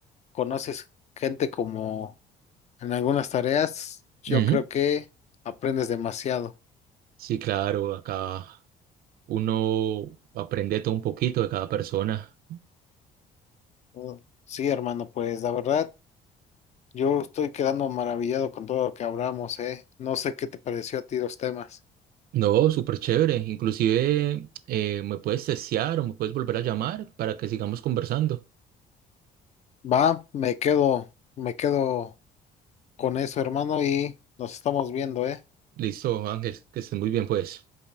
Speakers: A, on the left (about 40°); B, on the right (about 60°).
A: conoces gente como en algunas tareas, yo
B: Ujú.
A: creo que aprendes demasiado.
B: Sí, claro, acá uno aprende todo un poquito de cada persona.
A: Uh, Sí, hermano, pues la verdad, yo estoy quedando maravillado con todo lo que hablamos, ¿eh? No sé qué te pareció a ti los temas.
B: No, súper chévere. Inclusive eh, me puedes testear o me puedes volver a llamar para que sigamos conversando.
A: Va, me quedo, me quedo con eso, hermano, y nos estamos viendo, ¿eh?
B: Listo, Ángel, que estés muy bien, pues.